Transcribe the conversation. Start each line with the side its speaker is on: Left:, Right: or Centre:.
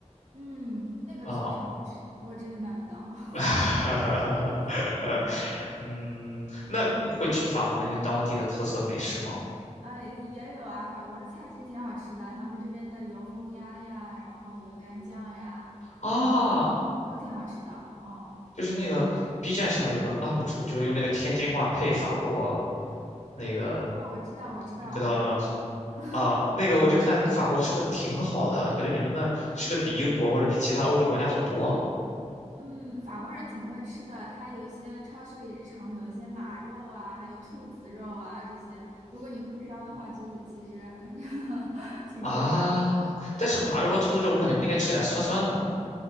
Right: 嗯，那个确实好吃，
Left: 啊。
Right: 我这里买不到。<laughs>
Left: <laughs>
Right: 嗯
Left: 嗯，那你会吃法国那些当地的特色美食吗？
Right: 啊，也有啊，法国的菜其实挺好吃的，他们这边的油封鸭呀，然后鹅肝酱呀，
Left: 啊，
Right: 然后都挺好吃的。嗯，哦，
Left: 就是那个 B 站上有个 UP 主，就是用那个天津话配法国那个，
Right: 我知道，我知道，
Left: 你知道吗？
Right: 我知道。
Left: 啊，那个我就看法国吃的挺好的，感觉你们那吃的比英国或者比其他欧洲国家好多了
Right: 嗯，法国人挺会吃的，他有一些超市里日常有一些马肉啊，还有兔子肉啊这些，如果你会烧的话，就是其实 <laughs> 挺多样
Left: 啊。
Right: 的。
Left: 但是马肉和兔子肉，我感觉不应该吃起来酸酸的吗？